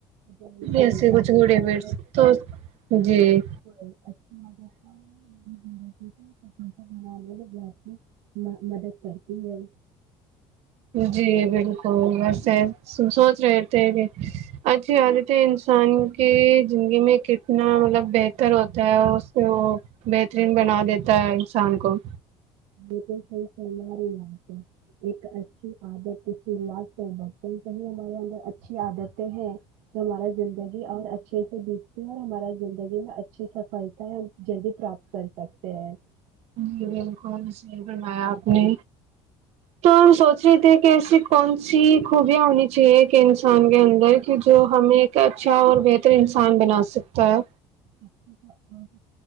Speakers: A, on the right (about 90°); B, on the right (about 60°).
A: ج ج پ
B: ایسے کچھ
A: اچھی
B: گڈ ہیبٹس
A: عادت
B: تو جی
A: بالکل اچھی عادت ہے ہ ہ جٹھیک ہے پسا بنا میں بہت ہی مدد کرتی ہے
B: جی بالکل ویسے سوچ رہے تھے کہ اچھی آدت ہے انسان کی زندگی میں کتنا مطلب بہتر ہوتا ہے اس سے وہ بہترین بنا دیتا ہے انسان کو
A: بالکل صحی ف ایک اچھی عادت کسیج سے برتن کہی ہمارے اندر اچھی عادتیں ہیں ہمارا زندگی اور اچھے سے جتتے ہیں اور ہمارا زندگی میں اچھی سفلتایں ہم جلدی پراپت کر سکتے ہیں
B: جی بالکل بوایا آپ نے تو ہم سوچ رہے تھے کہ ایسی کون سی خوبیاں ہونی چاہیے انسان کے اندر کی جو ہمیں ایک اچھا اور بہتر انسان بنا سکتا ہے
A: اچ